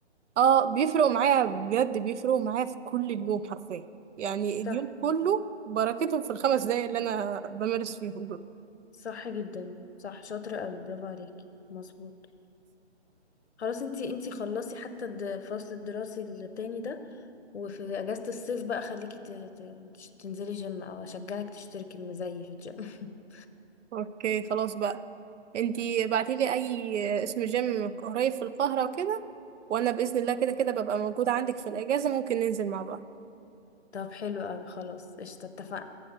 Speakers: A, on the right (about 90°); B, on the left (about 70°).
A: اه بيفرقوا معايا بجد بيفرقوا معايا في كل اليوم حرفيا يعني
B: صح
A: اليوم كله بركتهم في الخمس دقايق اللي انا بمارس فيهم دول
B: صح جدا صح شاطرة قوي برافو عليكي مظبوط خلاص انتي انتي خلصي حتى الد- الفصل الدراسي التاني ده وفي اجازة الصيف بقى خليكي ت- ت- تش- تنزلي جيم او اشجعك تشتركي المزي في الجيم <laughs>
A: اوكي خلاص بقى انتي بعتيلي اي اسم جيم قريب في القاهرة وكده وانا بإذن الله كده كده ببقى موجودة عندك في الاجازة ممكن ننزل مع بعض
B: طب حلو قوي خلاص قشطة اتفقنا